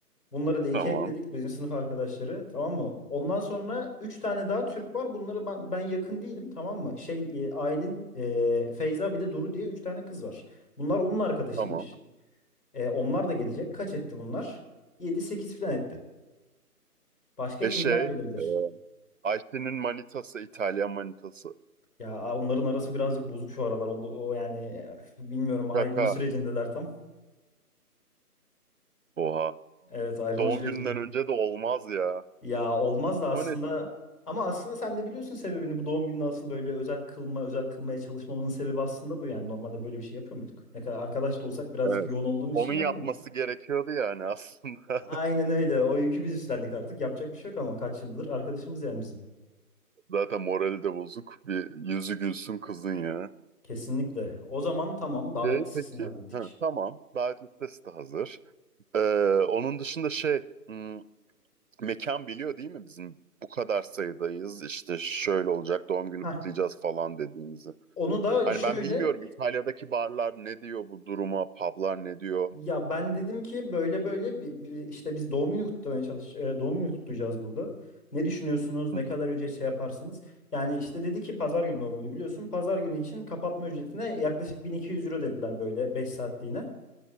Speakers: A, on the left; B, on the right.
A: Bunları da iki
B: Tamam,
A: ekledik bizim sınıf arkadaşları tamam mı? Ondan sonra üç tane daha Türk var. Bunları ben, ben yakın değilim tamam mı? Şey e, Aylin, e, Feyza bir de Duru diye üç tane kız var. Bunlar onun arkadaşıymış.
B: tamam.
A: E, onlar da gelecek. Kaç etti bunlar? Yedi sekiz falan etti. Başka
B: E
A: kimler
B: şey,
A: gelebilir?
B: e, Ayşe'nin manitası, İtalyan manitası.
A: Ya a- onların arası birazcık bozuk şu aralar. Onda, o yani e, <laughs> bilmiyorum ayrılma
B: Kaka.
A: sürecindeler tam.
B: Oha.
A: Evet ayrılma
B: Doğum
A: sürecinde.
B: gününden önce de olmaz ya.
A: Ya olmaz da aslında
B: Ama neyse.
A: ama aslında sen de biliyorsun sebebini bu doğum gününü asıl böyle özel kılma, özel kılmaya çalışmamızın sebebi aslında bu yani. Normalde böyle bir şey yapıyor muyduk? Ne kadar arkadaş da olsak birazcık
B: Evet.
A: yoğun olduğumuz
B: Onun
A: için yapmadık.
B: yapması gerekiyordu yani aslında.
A: A- Aynen öyle. O yükü biz üstlendik artık. Yapacak bir şey yok ama kaç yıldır arkadaşımız yani bizim.
B: <laughs> Zaten morali de bozuk. Bir yüzü gülsün kızın ya.
A: Kesinlikle. O zaman tamam davet
B: Şey
A: listesini
B: peki.
A: hallettik.
B: Ha, tamam. Davet listesi de hazır. Ee, onun dışında şey. hmm, mekan biliyor değil mi bizim? Bu kadar sayıdayız. işte şöyle olacak. Doğum günü
A: Heh.
B: kutlayacağız falan dediğimizi.
A: Onu da
B: Hani
A: şöyle
B: ben bilmiyorum İtalya'daki barlar ne diyor bu duruma? Publar ne diyor?
A: Ya ben dedim ki böyle böyle bir, bir- işte biz doğum günü kutlamaya çalış e, doğum günü kutlayacağız burada. Ne düşünüyorsunuz? Ne
B: Hı
A: kadar
B: hı.
A: ücret şey yaparsınız? Yani işte dedi ki pazar günü doğum günü biliyorsun. Pazar günü için kapatma ücretine yaklaşık 1200 euro dediler böyle 5 saatliğine.